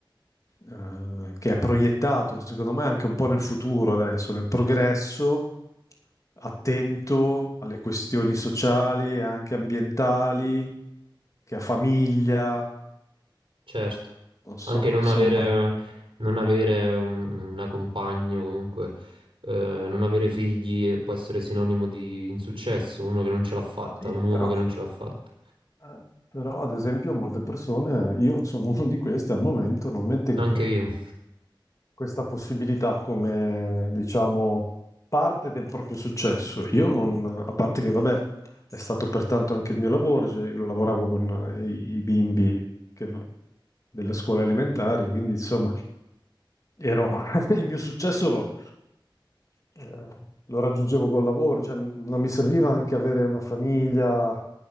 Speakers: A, on the left; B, on the right.
A: eh, che è proiettato, secondo me, anche un po' nel futuro adesso, nel progresso, attento alle questioni sociali e anche ambientali, che a famiglia,
B: Certo,
A: non so,
B: anche non
A: insomma.
B: avere, non avere un- una compagna, comunque, eh, non avere figli eh, può essere sinonimo di insuccesso, uno che non ce l'ha fatta,
A: Sì,
B: un uomo
A: però,
B: che non ce l'ha fatta.
A: eh, però, ad esempio molte persone, io sono uno di queste, al momento non mette in
B: Anche io.
A: questa possibilità come, diciamo, parte del proprio successo. Io non, a parte che, vabbè, è stato pertanto anche il mio lavoro, cioè io lavoravo con eh, i, i bimbi che- delle scuole elementari, quindi insomma, ero, <laughs> il mio successo lo, eh, lo raggiungevo col lavoro, cioè non non mi serviva anche avere una famiglia,